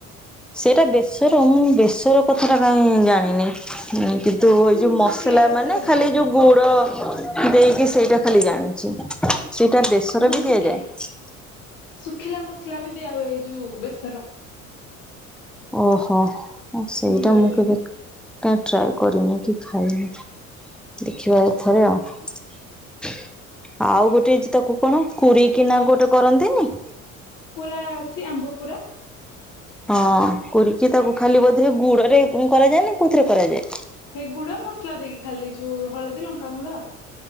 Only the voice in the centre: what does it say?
ସେଇଟା ବେଶର ମୁଁ ବେଶର କଥାଟା କାଇହିଁ ଜାଣିନି? ତୁ ଏଇ
ଯୋଉ
ମସଲା
ମାନେ
ଖାଲି
ଯୋଉ ଗୁଡ ଦେଇକି ସେଇଟା ଖାଲି ଜାଣିଛି ସେଇଟା ବେସରେ
ବି
ଦିଆଯାଏ?
ଓହୋ ସେଇଟା
ମୁଁ
କେବେ କାଇଁ ଟ୍ରାଏ କରିନି କି ଖାଇନି। ଦେଖିବା ଥରେ ଆଉ ଆଉ ଗୋଟେ ହେଇଛି ତାକୁ କଣ? କୁରୀ କିନା ଗୋଟେ କରନ୍ତିନି?
ହଁ କୁରିକି ତାକୁ ଖାଲି ବୋଧେ ଗୁଡ ରେ କରାଯାଏ ନା କଉଥିରେ କରାଯାଏ?